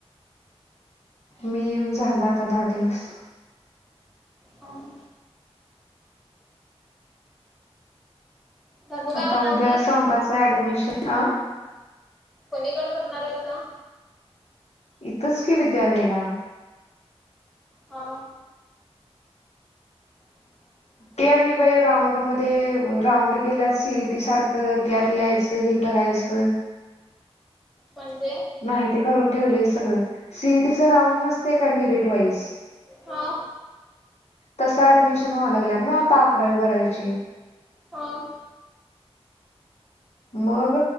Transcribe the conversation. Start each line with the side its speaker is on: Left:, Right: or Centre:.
Left: मी येऊन झाला आता दहा दिवस.
Centre: हम्म, धनू काय
Left: आता
Centre: म्हणालती
Left: उद्या सौदाच ऍडमिशन आ?
Centre: कोणी कड करणार हाईसा,
Left: इथंच कि विद्यालयाला,
Centre: हा, <inaudible>
Left: ते आणि बाई राऊंड मध्ये राऊंड केल्या सीटी सारखं त्यात यायचं हे? करायचं,
Centre: म्हणजे,
Left: नाही ते करून ठेवलंय सगळं सीईटीच राऊंड नसतय का मिरेट वाईज.
Centre: हो,
Left: तस ऍडमिशन व्हावला लागलेत ना आता अकरावी बारावीची.
Centre: हां,
Left: मग